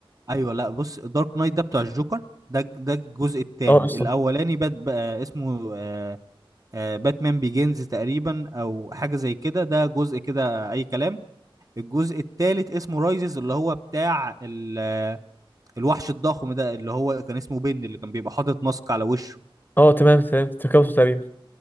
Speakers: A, on the right; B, on the left.
A: ايوه لا بص دارك نايت ده بتاع الجوكر ده ده الجزء الثاني
B: <laughs> اه قشطه
A: الاولاني بات بقى اسمه آه، آه، باتمان بيجينز تقريبا او حاجه زي كده ده جزء كده اي كلام الجزء الثالث اسمه رايزز اللي هو بتاع ال- آه، الوحش الضخم ده اللي هو كان اسمه بن اللي كان بيبقى حاطط ماسك على وشه
B: اه تمام تمام تركبوا تقريبا